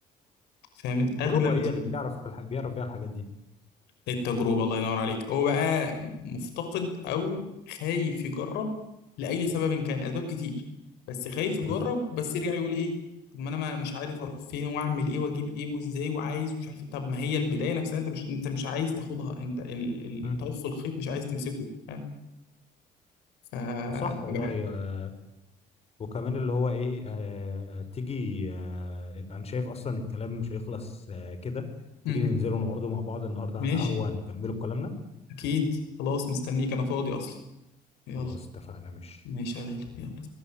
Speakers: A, on the left (about 85°); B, on the left (about 35°).
A: فاهم
B: التجربه
A: اغلب
B: هي
A: الشباب
B: اللي بتعرف الح... بيعرف بيها الحاجات دي
A: التجربة الله ينور عليك هو بقى مفتقد أو خايف يجرب لأي سبب كان أسباب كتير بس خايف يجرب
B: مم.
A: بس يرجع يقول إيه طب ما أنا ما مش عارف أروح فين وأعمل إيه وأجيب إيه وإزاي وعايز مش عارف إيه طب ما هي البداية نفسها أنت مش أنت مش عايز تاخدها أنت ال-
B: مم.
A: الطرف الخيط مش عايز تمسكه فاهم ف
B: صح
A: فبح-
B: والله آه، وكمان اللي هو ايه آه تيجي آه يبقى انا شايف اصلا الكلام مش هيخلص آه كده
A: مم.
B: تيجي ننزلوا نقعدوا مع بعض النهارده
A: ماشي
B: على القهوه نكملوا كلامنا
A: أكيد خلاص مستنيك أنا فاضي أصلا
B: خلاص
A: يلا
B: اتفقنا ماشي
A: ماشي يا غالي يلا